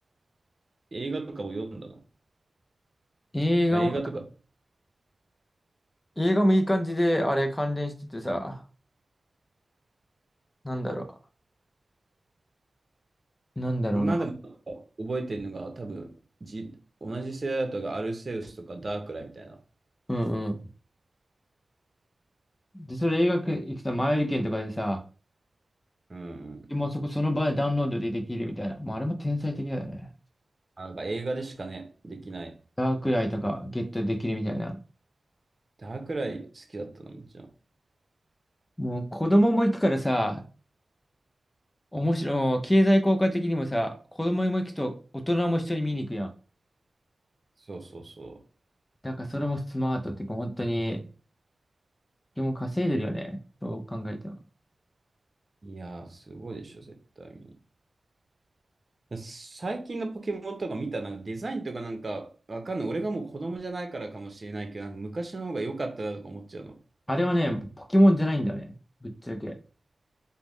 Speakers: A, on the right; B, on the left.
A: 映画とかを読んだの。
B: 映画も、
A: あ、映画とか、
B: 映画もいい感じで、あれ関連しててさ、なんだろう。なんだろうな。
A: 今でも覚えてるのが多分、じ、同じ世代だとアルセウスとかダークライみたいな。
B: うんうん。で、それ映画行くと前売り券とかでさ、
A: うん。
B: もうそこその場でダウンロードでできるみたいな。もうあれも天才的だよね。
A: あ、なんか映画でしかね、できない。
B: ダークライとかゲットできるみたいな。
A: ダークライ好きだったの、もちろん。
B: もう子供も行くからさ、面白い、経済効果的にもさ、子供も行くと大人も一緒に見に行くやん。
A: そうそうそ
B: だからそれもスマートっていうか、本当に、でも稼いでるよね。そう考えても。
A: う。いやー、すごいでしょ、絶対に。最近のポケモンとか見た、なんかデザインとかなんか、わかんない。俺がもう子供じゃないからかもしれないけど、なんか昔の方が良かったなとか思っちゃうの。
B: あれはね、ポケモンじゃないんだよね。ぶっちゃけ。